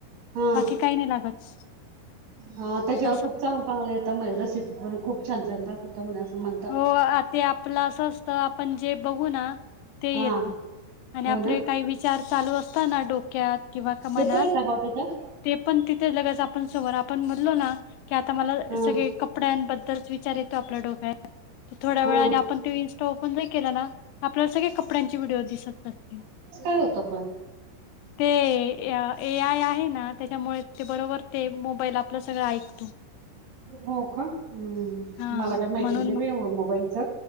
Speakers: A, on the right (about 70°); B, on the left (about 85°).
A: हां
B: बाकी काही नाही लागत
A: हा त्याच्यावर
B: असं
A: खूप चांगल चांगलं येत म्हणे रसिपी पण खूप छान छान दाखवतात तरुणय असं म्हण
B: हो आ ते आपलं असं असत. आपण जे बघू ना ते
A: हा
B: येत आणि
A: हो
B: आपले
A: ना
B: काही विचार चालू असता ना डोक क्या किंवा का मनात
A: ते पण येता का ओ त्याच्यात
B: ते पण तिथे लगेच आपण समोर आपण म्हणलो ना की आता मला
A: हा
B: सगळे कपड्यांबद्दलच विचार येतो आपल्या डोक्यात तर थोड्या
A: हा
B: वेळा आणि आपण तो इनस्टा ओपन ज केला ना? आपल्याला सगळे कपड्यांचे व्हिडिओ दिसत असतील
A: <unintelligible> होत पण?
B: ते ए आय आहे ना त्याच्यामुळे ते बरोबर ते मोबाईल आपलं सगळं ऐकतो
A: हो का? हम्
B: हा
A: मला काय माहिती
B: म्हणून
A: नाही बाई एवढं मोबाईलच